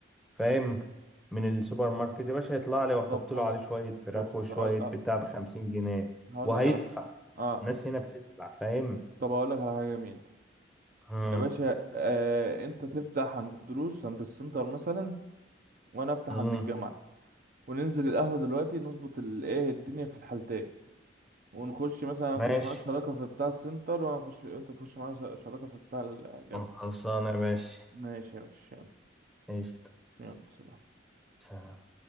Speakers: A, in the centre; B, on the right.
A: فاهم من السوبر ماركت يا باشا يطلع لي واحط
B: طب بص
A: له عليه شوية فراخ
B: بص
A: وشوية
B: هقول
A: بتاع
B: آه،
A: ب 50 جنيه
B: هقول
A: وهيدفع
B: لك على اه
A: الناس هنا بتدفع فاهم
B: طب هقول لك على حاجه جميله
A: امم
B: يا باشا آه انت تفتح عند الدروس عند السنتر مثلا وانا افتح
A: امم
B: عن الجامعة وننزل القهوة دلوقتي نظبط الايه الدنيا في الحالتين ونخش مثلا اخش
A: ماشي
B: معاك شراكة في بتاع السنتر وانا اخش وانت تخش معايا شراكة في بتاع الجامعة
A: خلصانة يا باشا
B: ماشي يا باشا يلا
A: قشطة
B: يلا سلام
A: سلام